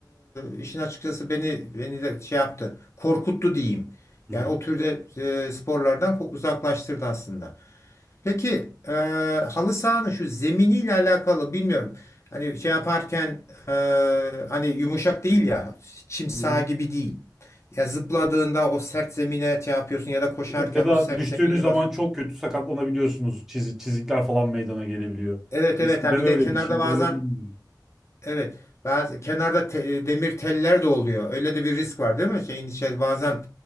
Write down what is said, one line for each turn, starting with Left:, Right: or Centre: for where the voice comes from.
Left: e, işin açıkçası beni beni de şey yaptı. Korkuttu diyeyim.
Centre: Hı
Left: Yani
Centre: hı.
Left: o türde e, sporlardan ko- uzaklaştırdı aslında. Peki e, halı sahanın şu zeminiyle alakalı bilmiyorum. Hani şey yaparken e, hani yumuşak değil ya çim saha
Centre: Hı hı.
Left: gibi değil. Ya zıpladığında o sert zemine şey yapıyorsun ya da koşarken
Centre: Evet, ya da
Left: o sert
Centre: düştüğünüz
Left: zemine
Centre: zaman
Left: basıyorsun.
Centre: çok kötü sakatlanabiliyorsunuz. Çiz- çizikler falan meydana gelebiliyor.
Left: Evet
Centre: Eskiden
Left: evet ha bir
Centre: öyleydi,
Left: de kenarda
Centre: şimdi
Left: bazen
Centre: öyle mi bilmiyorum.
Left: evet bazı kenarda te- demir teller de oluyor. Öyle de bir risk var değil mi? Şeyin içeri bazen